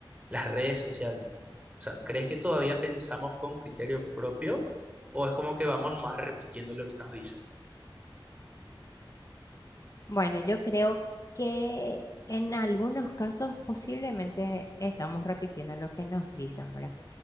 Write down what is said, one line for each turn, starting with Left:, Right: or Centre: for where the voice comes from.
Right: las redes sociales. O sea, ¿crees que todavía pensamos con criterio propio o es como que vamos más repitiendo lo que nos dicen?
Left: Bueno, yo creo que en algunos casos posiblemente estamos repitiendo lo que nos dicen, ¿verdad?